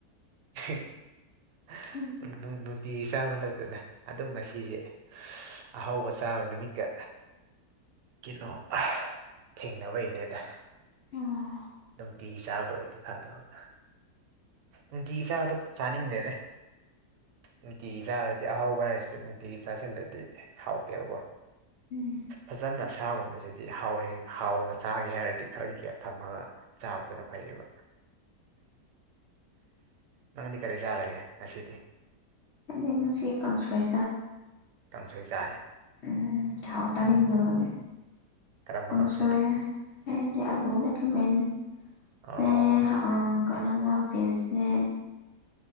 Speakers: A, on the right (about 85°); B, on the left (about 60°).
A: <unintelligible>
B: <unintelligible>
A: ꯅꯨꯡ ꯅꯨꯡꯇꯤꯒꯤ ꯆꯥꯕ ꯅꯠꯇꯦꯗꯥ ꯑꯗꯨꯝ ꯉꯁꯤꯁꯦ ꯑꯍꯧꯕ ꯆꯥꯕ ꯅꯨꯃꯤꯠꯀ ꯀꯩꯅꯣ ꯑꯥꯥ ꯊꯦꯡꯅꯕꯩꯅꯦꯗ
B: ꯑꯥ
A: ꯅꯨꯡꯇꯤꯒꯤ ꯆꯥꯕ ꯑꯣꯏꯔꯗꯤ ꯐꯥꯗꯕ ꯅꯨꯡꯇꯤꯒꯤ ꯆꯥꯕꯗꯨ ꯆꯥꯅꯤꯡꯗꯦꯅꯦ ꯅꯨꯡꯇꯤꯒꯤ ꯆꯥꯔꯗꯤ ꯑꯍꯥꯎꯕ ꯍꯥꯏꯔꯁꯨ ꯅꯨꯡꯇꯤꯒꯤ ꯆꯥꯁꯤꯜꯂꯗꯤ ꯍꯥꯎꯇꯦꯕꯀꯣ
B: ꯎꯝ
A: ꯐꯖꯟꯅꯠ ꯁꯥꯒꯨꯝꯕꯁꯤꯗꯤ ꯍꯥꯎꯔꯦ ꯍꯥꯎꯅ ꯆꯥꯒꯦ ꯍꯥꯏꯔꯗꯤ ꯈꯔ ꯒꯦꯞ ꯊꯝꯃꯒ ꯆꯥꯕꯗꯨꯅ ꯐꯩꯌꯦꯕ ꯅꯪꯗꯤ ꯀꯔꯤ ꯆꯥꯔꯒꯦ ꯉꯁꯤꯗꯤ
B: ꯑꯩꯗꯤ ꯉꯁꯤ ꯀꯥꯡꯁꯣꯏ
A: ꯀꯥꯡꯁꯣꯏ ꯆꯥꯔꯦ
B: ꯎꯝ ꯊꯥꯎ ꯆꯥꯅꯤꯡꯗꯕꯒꯤ
A: ꯀꯔꯝꯕ
B: ꯀꯥꯡꯁꯣꯏ
A: ꯀꯥꯡꯁꯣꯏꯅꯣ
B: ꯑꯩꯗꯤ ꯑꯂꯨꯅꯦ ꯈꯥꯏꯃꯦꯟ
A: ꯑꯣ
B: ꯅꯦ ꯑ ꯀꯅ <unintelligible> ꯄꯦꯟꯁꯅꯦ